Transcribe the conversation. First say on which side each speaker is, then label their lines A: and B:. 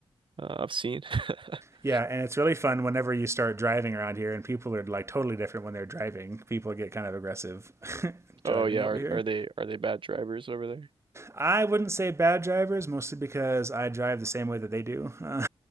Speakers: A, on the right; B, on the right.
A: uh, I've seen. <laughs>
B: Yeah, and it's really fun whenever you start driving around here, and people are like totally different when they're driving. People get kind of aggressive <laughs> driving
A: Oh yeah,
B: over
A: are
B: here.
A: are they are they bad drivers over there?
B: I wouldn't say bad drivers, mostly because I drive the same way that they do. Uh,